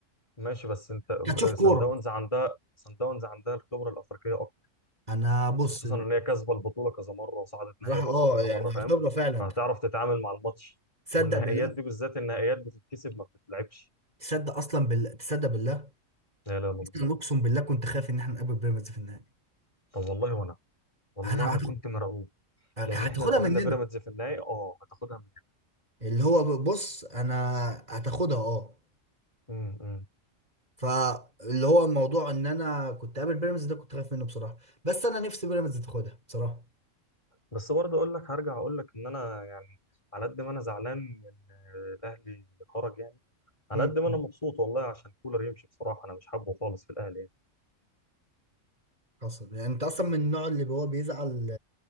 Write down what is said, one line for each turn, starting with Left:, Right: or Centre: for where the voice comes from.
Left: ماشي بس انت ب-
Right: كتشوف
Left: سان
Right: كوره
Left: داونز عندها سان داونز عندها الخبره الافريقيه اكتر
Right: انا بص
Left: خصوصا ان هي كاسبه البطوله كذا مره وصعدت نهائي
Right: راح
Left: برضه
Right: اه
Left: كذا
Right: يعني
Left: مره
Right: هختبره
Left: فاهم
Right: فعلا
Left: فهتعرف تتعامل مع الماتش
Right: تصدق
Left: والنهائيات
Right: بالله
Left: دي بالذات النهائيات بتتكسب ما بتتلعبش
Right: تصدق اصلا بالله تصدق بالله
Left: لا لا لا
Right: اصلا اقسم بالله كنت خايف ان احنا نقابل بيراميدز في النهائي
Left: طب والله وانا والله
Right: انا
Left: انا
Right: هت-
Left: كنت مرعوب
Right: هتاخدها
Left: لان احنا لو قابلنا
Right: مننا
Left: بيراميدز في النهائي اه هتاخدها
Right: اللي هو بص انا هتاخدها اه
Left: مننا
Right: فاللي هو الموضوع ان انا كنت قابل بيراميدز ده كنت خايف منه بصراحه بس انا نفسي بيراميدز تاخدها بصراحه
Left: بس برضه اقول لك هرجع اقول لك ان انا يعني على قد ما انا زعلان ان الاهلي خرج يعني على
Right: امم
Left: قد ما انا مبسوط والله عشان كولر يمشي بصراحه انا مش حابه خالص في الاهلي يعني
Right: حصل يعني انت اصلا من النوع اللي هو بيزعل